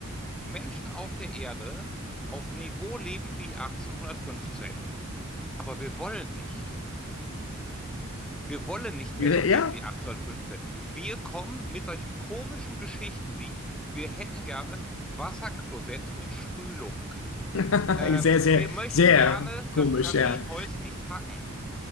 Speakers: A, in the centre; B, on the left (about 65°).
A: Menschen auf der Erde auf Niveau leben wie 1815. Aber wir wollen nicht. Wir wollen nicht
B: Ja,
A: mehr so leben wie 1815. Wir kommen mit solchen komischen Geschichten wie, wir hätten gerne Wasserklosett mit Spülung.
B: <laughs>
A: Ähm,
B: sehr, sehr,
A: wir möchten
B: sehr
A: gerne
B: komisch,
A: das Kaminholz
B: ja.
A: nicht hacken.